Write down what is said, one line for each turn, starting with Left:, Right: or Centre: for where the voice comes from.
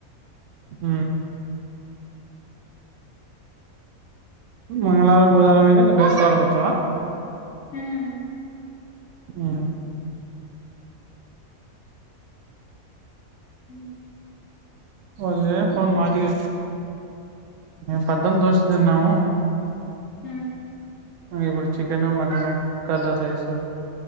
Right: హ మంగళవారం బుధవారం అయిదు దోసవారం వచ్చ
Left: ఉమ్
Right: ఆ
Left: హ
Right: వళ్ళే ఫోన్ మాదివ మేము పెద్దని దోషి తిన్నాము
Left: హ
Right: ఇప్పుడు చికెన్ మటన్ కలర్ రైస్